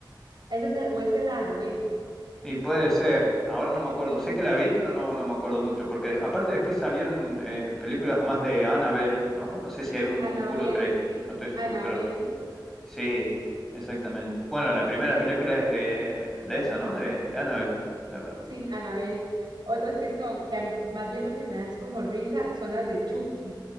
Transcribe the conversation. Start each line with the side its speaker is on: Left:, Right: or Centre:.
Right: esa es el- o es el aro, esa.
Centre: Y puede ser, ahora no me acuerdo,
Right: Sí.
Centre: sé que la vi, pero no, no me acuerdo
Right: ujú.
Centre: mucho, porque de- aparte después salieron eh, películas más de Annabelle, ¿no? No sé si hay un
Right: Anabel,
Centre: Conjuro 3.
Right: sí.
Centre: no estoy seguro,
Right: Anabel.
Centre: pero... Sí, exactamente. Bueno, la primera
Right: Sí, es-
Centre: película es de, de esa, ¿no? De, de Annabelle. La-
Right: sí, Anabel. Otras que son, que a- más bien lo que me da es como risa, son las de Chucky.